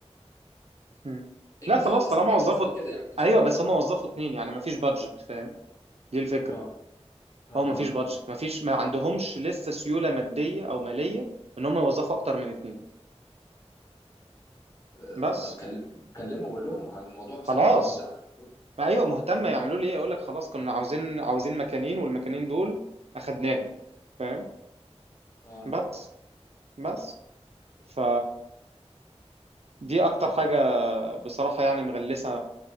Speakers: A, on the right; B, on the left.
A: مم.
B: ان
A: لا
B: انت
A: خلاص
B: تستحق
A: طالما وظفوا
B: احسن من كده يعني قصدي
A: ايوه بس هم وظفوا اتنين يعني مفيش بادجت فاهم دي الفكره
B: اه اه
A: هو مفيش بادجت
B: اه
A: مفيش ما عندهمش لسه سيوله ماديه او ماليه ان هم يوظفوا اكتر من اتنين
B: آه،
A: بس
B: طب كلم كلمهم قول لهم على الموضوع مثلا
A: خلاص
B: انك انت مهتم بالموضوع.
A: ما ايوه مهتمه يعملوا لي ايه اقول لك خلاص كنا عاوزين عاوزين مكانين والمكانين دول اخدناهم فاهم
B: اه
A: بس بس ف دي اكتر حاجه بصراحه يعني مغلسه